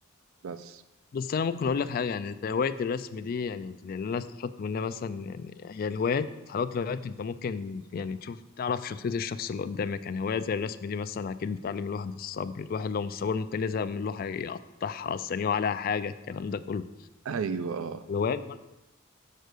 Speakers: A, on the right; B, on the left.
A: بس
B: بس انا ممكن اقول لك حاجه يعني زي هوايه الرسم دي يعني اللي انا استفدت منها مثلا يعني هي الهوايات حلاوه الهوايات انت ممكن يعني تشوف تعرف شخصيه الشخص اللي قدامك يعني هوايه زي الرسم دي مثلا اكيد بتعلم الواحد الصبر الواحد لو مش صبور ممكن يزهق من لوحه يقطعها اصلا يقع عليها حاجه الكلام ده كله
A: ايوه اه
B: الهوايات برضه